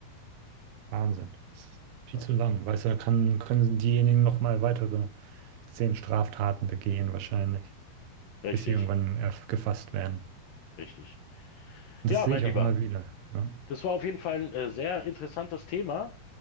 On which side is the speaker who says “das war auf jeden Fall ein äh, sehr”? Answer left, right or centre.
Left